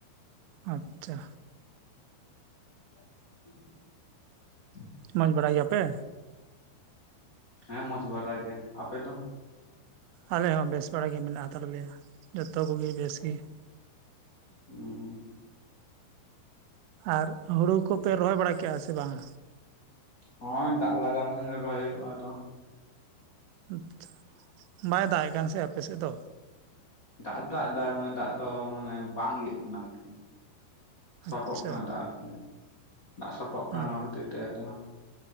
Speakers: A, on the right (about 85°); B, on the left (about 65°).
A: <inaudible> ᱟᱪᱪᱷᱟ
B: <inaudible>
A: ᱢᱚᱸᱡᱽ ᱵᱟᱲᱟᱭ ᱜᱮᱭᱟᱯᱮ
B: ᱦᱮᱸ ᱢᱚᱡᱽ ᱵᱟᱲᱟ ᱜᱮ ᱟᱯᱮ ᱫᱚ
A: ᱟᱞᱮ ᱦᱚᱸ ᱵᱮᱥ ᱵᱟᱲᱟ ᱜᱮ ᱢᱮᱱᱟᱜ ᱟᱠᱟᱫ ᱞᱮᱭᱟ ᱡᱚᱛᱚ ᱠᱚ ᱜᱮ ᱵᱮᱥ ᱜᱮ
B: <unintelligible>
A: ᱟᱨ ᱦᱩᱲᱩ ᱠᱚᱯᱮ ᱨᱚᱦᱚᱭ ᱵᱟᱲᱟ ᱠᱮᱜᱼᱟ ᱥᱮ ᱵᱟᱝ
B: ᱱᱚᱜᱚᱭ ᱫᱟᱜ ᱞᱟᱜᱟ ᱞᱮᱠᱷᱟᱱ ᱜᱮ ᱨᱚᱦᱚᱭ ᱦᱳᱭᱳᱜᱼᱟ ᱟᱫᱚ
A: ᱟᱪᱷᱟ ᱵᱟᱭ ᱫᱟᱜ ᱮᱜ ᱠᱟᱱ ᱥᱮ ᱟᱯᱮ ᱥᱮᱫ ᱫᱚ
B: ᱫᱟᱜ ᱫᱚ ᱫᱟᱜ ᱫᱟᱭ ᱫᱟᱜ ᱫᱚ ᱢᱟᱱᱮ ᱵᱟᱝ ᱤᱭᱟᱹᱜ ᱠᱟᱱᱟ ᱦᱳᱭ ᱛᱚ ᱥᱚᱴᱚᱜ
A: ᱟᱪᱪᱷᱟ
B: ᱠᱟᱱᱟ ᱫᱟᱜ ᱟᱨᱠᱤ ᱫᱟᱜ ᱥᱚᱴᱚᱜ ᱠᱟᱱᱟ
A: ᱦᱩᱸ
B: ᱚᱱᱟ ᱠᱷᱟᱹᱛᱤᱨ ᱛᱮ ᱫᱚ